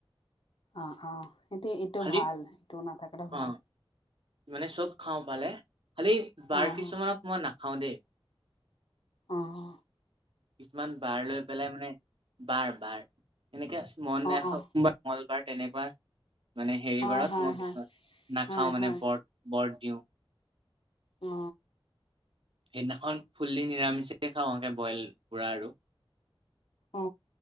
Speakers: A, on the left; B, on the right.
A: অহ অহ এটো <unintelligible> এইটো
B: খালি
A: ভাল এইটো নাথাকাটো
B: অ
A: ভাল।
B: মানে চব খাওঁ পালে খালি বাৰ
A: হা
B: কিছুমানত
A: হা
B: মই নাখাওঁ দেই
A: অহ
B: কিছুমান বাৰ লৈ পেলাই মানে বাৰ বাৰ এনেকে মন
A: অ
B: এ <unintelligible>
A: অ
B: মল বাৰ তেনেকুৱা মানে হেৰিবাৰত
A: হয় হয়
B: মই
A: হয়
B: কিছুমান নাখাওঁ
A: হয়
B: মানে
A: হয়
B: ব্ৰত ব্ৰত দিওঁ
A: অ
B: সেইদিনাখন ফুল্লি নিৰামিষে খাওঁ এনেকে বইল পুৰা আৰু
A: অ